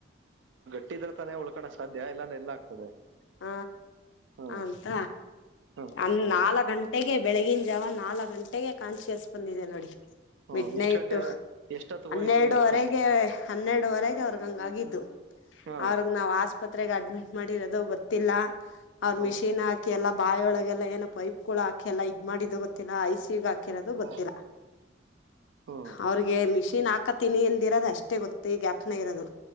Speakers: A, on the right (about 80°); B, on the left (about 80°).
A: ಟ್ಟಿ ಇದ್ರ ತಾನೇ ಉಳ್ಕ ಸಾಧ್ಯ ಇಲ್ಲಾಂದ್ರೆ ಎಲ್ಲ ಆಗ್ತದೆ
B: ಹ
A: ಹ್ಮ್
B: ಅಂತ
A: ಹ್ಮ್
B: ಅನ್ ನಾಲ ಗಂಟೆಗೆ ಬೆಳಿಗಿನ ಜಾವ ನಾಲ್ಕು ಗಂಟೆಗೆ ಕಾನ್ಶಿಯಸ್ ಬಂದಿದೆ ನೋಡಿ
A: ಹ್ಮ್
B: ಮಿಡ್
A: ಎಷ್ಟ್
B: ನೈಟ್
A: ಗಂಟೆ ಎಷ್ಟೊತ್ತು
B: ಹನ್ನೆರಡುವರೆಗೆ
A: ಹೋಯ್ತೀನಿ ಹ್ಮ
B: ಹನ್ನೆರಡುವರೆಗೆ ಅವ್ರಗ ಹಂಗ ಆಗಿದ್ದು
A: ಹ್ಮ
B: ಅವ್ರಗ್ ನಾವ್ ಆಸ್ಪತ್ರೆಗೆ ಅಡ್ಮಿಟ್ ಮಾಡಿರೋದು ಗೊತ್ತಿಲ್ಲ ಅವ್ರು
A: ಹ್ಮ್
B: ಮಿಷಿನ್ ಹಾಕಿ ಎಲ್ಲ ಬಾಯೊಳಗೆ ಎಲ್ಲ ಏನ ಪೈಪಗಳು ಹಾಕಿ ಎಲ್ಲ ಇದ್ ಮಾಡಿದ ಗೊತ್ತಿಲ್ಲ ಐ ಸಿಗ್ ಹಾಕಿ ಹಾಕಿರದು
A: ಹ್ಮ್
B: ಗೊತ್ತಿಲ್ಲ
A: ಹ್ಮ್
B: ಅವ್ರಿಗೆ ಮಿಷಿನ್ ಹಾಕ ಅಕ್ಕತಿನಿ ಎಂದಿರೋದು ಅಷ್ಟೇ ಗೊತ್ತ ಈ ಗ್ಯಾಪ್ನ ಇರೋದು